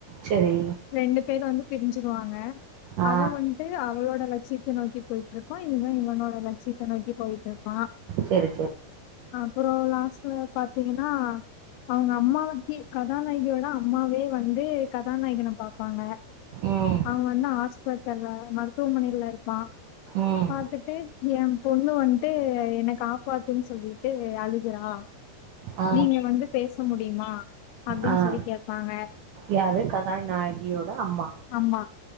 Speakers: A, on the right (about 75°); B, on the left (about 80°).
A: செரி
B: ரெண்டு பேர் வந்து பிரிஞ்சிருவாங்க
A: ஆ
B: அவ வந்ட்டு அவளோட லட்சியத்தை நோக்கி போயிட்டு இருப்பான் இவங்க இவனோட லட்சியத்தை நோக்கி போயிட்டு இருப்பான்
A: சரி
B: அப்புறம் லாஸ்ட்ல பாத்தீங்கன்னா அவங்க அம்மாவுக்கே கதாநாயகியோட அம்மாவே வந்து கதாநாயகன பார்ப்பாங்க
A: ம்
B: அவன் வந்து ஆஸ் <unintelligible> மருத்துவமனைல இருப்பா
A: ம்
B: பாத்துட்டு எ பொண்ணு வன்ட்டு என காப்பாத் தூனு சொல்லிட்டு அழுகுறா
A: ஆ
B: நீங்க வந்து பேஸ் ச முடியுமா அப்டின்
A: ஆ
B: சொல்லி கேப்பாங்க
A: யாரு கதாநாயகியோட அம்மா
B: ஆமா